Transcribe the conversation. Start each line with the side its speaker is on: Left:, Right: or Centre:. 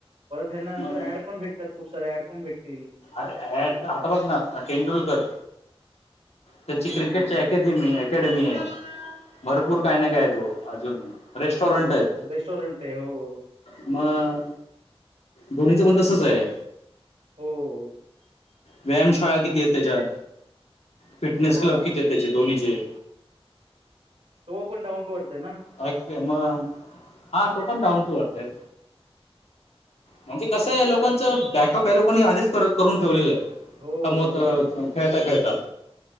Right: परत ह्यांना
Left: मग
Right: नंतर ऍड पण भेट तर खूप साऱ्या ऍंड पण भेटतील.
Left: अरे ऍड आता बघ ना हा तेंडुलकर त्याची
Right: हम्म,
Left: क्रिकेटची ए अदमी आहेत, अकॅडमी आहे. भरपूर
Right: बरोबर,
Left: काय नाही काय तोअजून, रेस्टॉरंट
Right: बरोबर.
Left: आहेत.
Right: रेस्टॉरंट आहे. हो,
Left: मग दोघींचा बी तसंच आहे.
Right: हो..
Left: व्यायामशाळा किती त्याच्या, फिटनेस
Right: अच्छा,
Left: क्लब किती अहेत त्याचे धोनीचे
Right: तो पण डाउन टु अर्थ हे ना.
Left: अ मग हा तो पण डाऊन टू अर्थ हे. म्हणजे कसं आहे लोकांचं बॅकअप या लोकांनी आधीच करून ठेवलेलं आहे.
Right: हो,
Left: कमवत
Right: बरोबर,
Left: खेळता खेळता